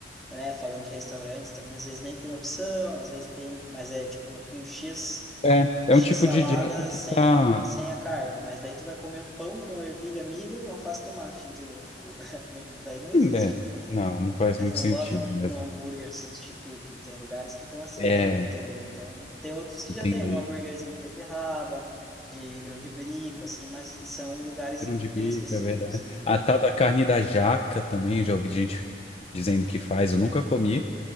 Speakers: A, in the centre; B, on the left.
A: né, falando de restaurantes também, às vezes nem tem opção, às vezes tem, mas é tipo um X,
B: É, é
A: X
B: um tipo
A: salada
B: de dieta que
A: sem,
B: tá.
A: sem a carne, mas daí tu vai comer um pão com ervilha, milho, alface, tomate, entendeu? Tipo, <laughs> não, daí não existe,
B: Hum, é, não, não faz
A: eles
B: muito
A: não
B: sentido
A: botam um
B: mesmo.
A: um hambúrguer substituto. Tem lugares que estão assim
B: É,
A: ainda, entendeu? Então, tem outros que
B: entendi.
A: já tem um hambúrguerzinho de beterraba, de grão de bico, assim, mas são lugares
B: Grão de bico,
A: bem específicos,
B: é verdade.
A: entendeu?
B: A tal da carne da jaca também, já ouvi gente dizendo que faz, eu nunca comi.